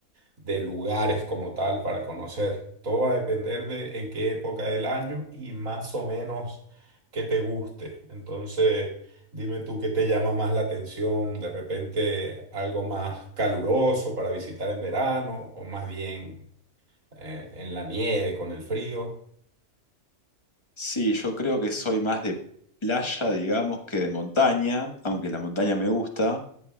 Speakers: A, on the right; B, on the left.
A: de lugares como tal para conocer. Todo va a depender de en qué época del año y más o menos qué te guste. Entonces, dime tú qué te llama más la atención, de repente algo más caluroso para visitar en verano o más bien eh, en la nieve con el frío.
B: Sí, yo creo que soy más de playa, digamos, que de montaña, aunque la montaña me gusta,